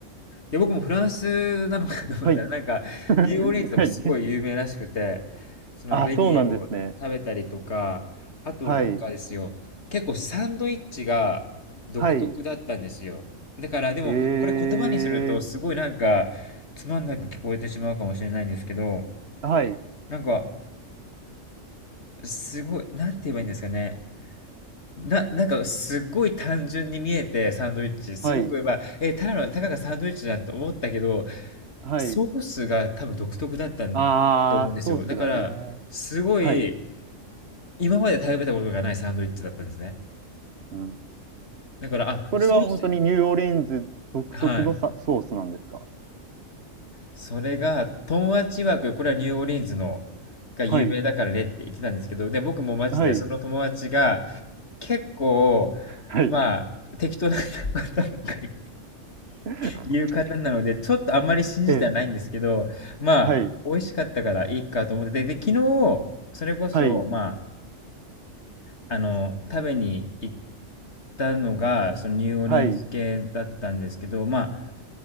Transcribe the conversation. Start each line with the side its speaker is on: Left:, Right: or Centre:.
Left: で、僕もフランスなのかと思ったら、
Right: はい。
Left: なんか、
Right: <laughs>
Left: ニューオーリンズでもすごい有名らしくて、
Right: はい。
Left: そのベニエを食べたりとか、
Right: あ、そうなんですね。
Left: あとなんかですよ、
Right: はい。
Left: 結構サンドイッチが独特だったんですよ。
Right: はい。
Left: だから、でも、
Right: え
Left: これ言葉にすると、
Right: え
Left: すごいなんか、つまんなく聞こえてしまうかもしれないんですけど、
Right: はい。
Left: なんか、すごい、なんて言えばいいんですかね。な、なんかすっごい単純に見えて、サンドイッチ。すごく、
Right: はい。
Left: まあ、え、ただの、たかがサンドイッチじゃんと思ったけど、
Right: はい。
Left: ソースが多分独特だったんと思うんですよ。
Right: あー、ソースがね。
Left: だから、すごい、
Right: はい。
Left: 今まで食べたことがないサンドイッチだったんですね。
Right: うん。
Left: だから、あ、
Right: それは本当にニューオーリンズ独特のさ、
Left: ソース、はい。
Right: ソースなんですか
Left: それが、トンアチワク、これはニューオーリンズの、が有名だからねって言ってたんですけど、
Right: はい。
Left: で、僕もマジでその友達が、
Right: はい。
Left: 結構、
Right: はい。
Left: まあ、適当な方ばっかり
Right: <laughs>
Left: いう方なので、ちょっとあんまり信じてはないんですけど、
Right: ええ。
Left: まあ、
Right: はい。
Left: 美味しかったからいいかと思って、で、で昨日、それこそ、
Right: はい。
Left: まあ、あの、食べに行ったのが、そのニューオリンズ系だったんですけど、
Right: はい。
Left: まあ、